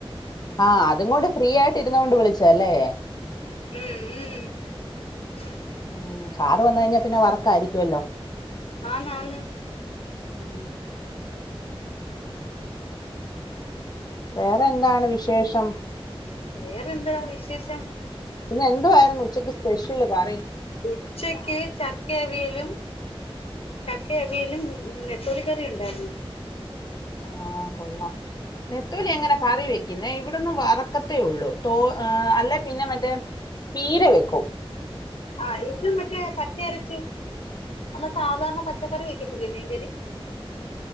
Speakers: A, on the left; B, on the left.
A: ആഹ് അത്കൊണ്ട് ഫ്രീയായ് തിരുന്നോണ്ട് വിളി ചെലെ
B: മ്മ് മ്മ്
A: ഉം സാറ് വന്ന് കഴിഞ്ഞാ പിന്നെ വർക്കായിരിക്കുവല്ലോ
B: ആന്ന് ആന്ന്
A: ഉം. വേറെന്താണ് വിശേഷം
B: വേറെന്താ വിശേഷം?
A: പിന്നെ എന്തുവായിരുന്നു ഉച്ചയ്ക്ക് സ്പെഷ്യല് കറി
B: ഉച്ചക്ക് ചക്കവിയലും ചക്കവിയലും നെത്തോലി കറി ഉണ്ടായിര്ന്നു
A: ആഹ് കൊള്ളാം നെത്തോലി എങ്ങനെ കറി വെയ്ക്കുന്നേ ഇവിടൊന്ന് വറക്കത്തേ ഒള്ളൂ തോ അല്ലേ പിന്നെ മറ്റേ പീര വെക്കും
B: ആഹ് ഇത് മറ്റേ പച്ച അരച്ച് നമ്മ സാധാരണ പച്ചക്കറി വെക്കത്തില്ലേ മീൻകറി